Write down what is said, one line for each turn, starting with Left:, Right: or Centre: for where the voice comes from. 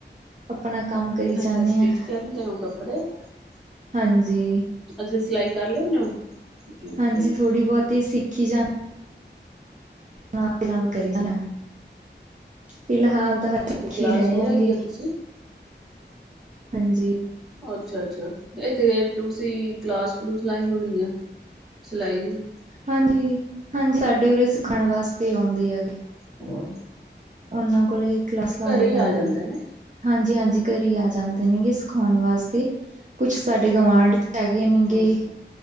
Right: ਆਪਣਾ ਕੰਮ ਕਰੀ
Centre: ਅੱਛਾ
Right: ਜਾਂਦੇ
Centre: ਸਟਿਚ
Right: ਹਾਂ
Centre: ਕਰਦੇ ਹੋ <unintelligible>
Right: ਹਾਂਜੀ।
Centre: ਅੱਛਾ ਸਿਲਾਈ ਕਰ ਲੈਂਦੇ ਹੋ? ਅੱਛਾ
Right: ਹਾਂਜੀ,
Centre: ਜੀ
Right: ਥੋੜ੍ਹੀ ਬਹੁਤੀ ਸਿੱਖੀ ਜਾਂਦੀ- ਨਾਲ -ਨਾਲ ਕਰੀਦਾ, ਫਿਲਹਾਲ- ਤਾਂ ਸਿੱਖੀ
Centre: ਅੱਛਾ ਕਲਾਸ
Right: ਰਹੇ
Centre: ਉਹ ਲਾਈ
Right: ਆਗੇ।
Centre: ਆ ਤੁਸੀਂ
Right: ਹਾਂਜੀ-
Centre: ਅੱਛਾ -ਅੱਛਾ, ਇੱਥੇ ਤੁਸੀਂ ਕਲਾਸ ਕਲੂਸ ਲਾਈ ਹੋਣੀ ਆ, ਸਿਲਾਈ ਦੀ?
Right: ਹਾਂਜੀ, ਹਾਂਜੀ ਸਾਡੇ ਉਰੇ ਸਿੱਖਣ ਵਾਸਤੇ ਔਂਦੇ ਹੈਗੇ।
Centre: ਹਮ <inaudible>
Right: ਔਨ੍ਹਾ ਕੋਲ ਏ ਕਲਾਸ ਲਾਣੀ
Centre: ਹੀ
Right: ਪੈਂਦੀ।
Centre: ਆ ਜਾਂਦੇ ਨੇ
Right: ਹਾਂਜੀ-ਹਾਂਜੀ ਘਰੇ ਈ ਆ ਜਾਂਦੇ ਨੇਗੇ ਸਿਖਾਉਣ ਵਾਸਤੇ, ਕੁਛ ਸਾਡੇ ਗਵਾਂਢ ਹੈਗੇ ਨੀਂ ਗੇ,
Centre: ਓਕੇ,